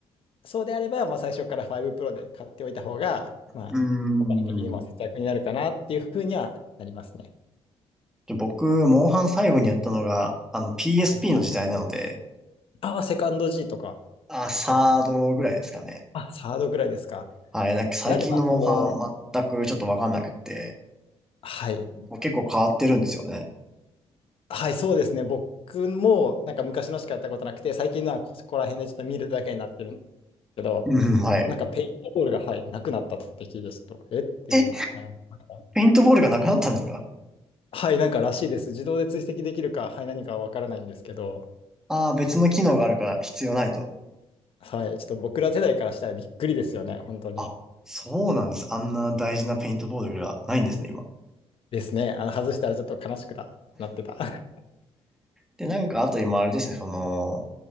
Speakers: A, on the left; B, in the centre.
A: そうであれば、まあ、最初から5プロで買っておいた方が、まあ、
B: うーん。
A: お金的にも節約になるかなっていうふうにはなりますね。
B: で僕、モンハン最後にやったのが、あの PSP
A: はい
B: の時代なので、
A: ああ、セカンド G とか、
B: あ、サードぐらいですかね。
A: そこら辺。あ、サードぐらいですか。
B: はい。なんか最近のモンハン全くちょっとわかんなくって、
A: であれば、もう、はい。
B: こう結構変わってるんですよね。
A: はい、そうですね。僕も、なんか昔のしかやったことなくて、最近のはここら辺でちょっと見るだけになってるけど、
B: うん、はい。
A: なんかペイントボールが、はい、なくなった時ですと、えっていうのは、
B: え、
A: はい、思った
B: ペイントボールがなくなったんですか
A: はい、なんからしいです。自動で追跡できるか、はい、何かは分からないんですけど、
B: ああー、別の機能があるから必要ないと。
A: はい、ちょっと僕ら世代からしたらびっくりですよね、本当に。
B: あ、そうなんです。あんな大事なペイントボールがないんですね、今。
A: ですね。あの、外したらちょっと悲しくななってた。<laughs>
B: で、なんか、あと今あれですね、その、